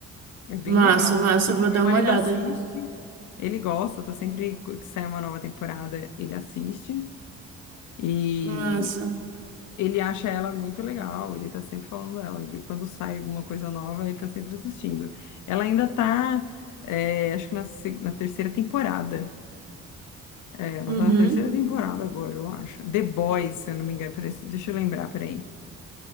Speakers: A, on the left (about 80°); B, on the right (about 55°).
A: É bem
B: Massa,
A: legal.
B: massa,
A: bem-
B: eu vou
A: Meu
B: dar
A: marido
B: uma olhada.
A: assiste, ele gosta, tá sempre que sai uma nova temporada, ele assiste. e
B: Massa.
A: Ele acha ela muito legal, ele tá sempre falando dela. E Quando sai alguma coisa nova, ele tá sempre assistindo. Ela ainda tá, é, acho que na, seg- na terceira temporada. É, ela
B: Uhum.
A: tá na terceira temporada agora, eu acho. The Boys, se eu não me engano. Peraí, deixa eu lembrar, peraí.